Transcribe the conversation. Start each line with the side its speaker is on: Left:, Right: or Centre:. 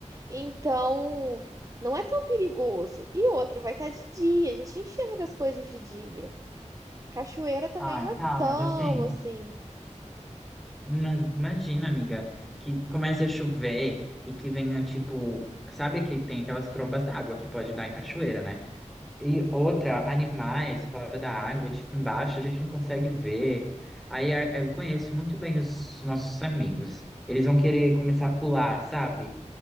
Right: Então, não é tão perigoso. E outra, vai estar de dia, a gente enxerga as coisas de dia. Cachoeira também
Centre: Ai,
Right: não
Centre: tá,
Right: é tão
Centre: mas assim.
Right: assim.
Centre: Mas imagina, amiga, que comece a chover e que venha, tipo. Sabe que tem aquelas trombas d'água que pode dar em cachoeira, né? E outra,
Right: Aham,
Centre: animais fora da água, tipo embaixo, a gente não consegue ver. Aí a- eu conheço muito bem os nossos amigos. Eles vão querer começar a pular, sabe?